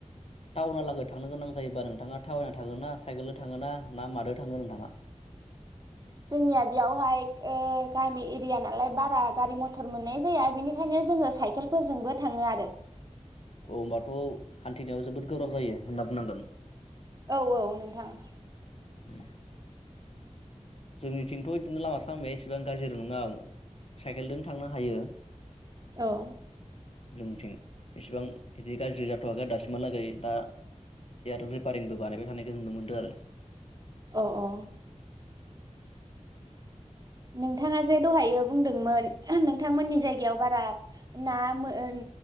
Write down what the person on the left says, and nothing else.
टाउना लागै थांनो गोनां जायोबा नोंथाङा थाबायना थागोन ना साइकेलजों थाङो ना ना मादो थांगोन नोंथाङा?
अ होबाथ हान्थिनायाव जोबोद गोब्राब जायो होनना बुंनांगोन।
उम जोंनिथिंथ बिदिनो लामा सामाया इसेबां गाज्रि नङा साइकेलजों थांनो हायो।
जोंथिं इसिबां बिदि गाज्रि जाथयाखै आरो दासिमहालागै दा एसे आरो रिपारिंबो बानायबाय थानायखौ नुनो मोनदों आरो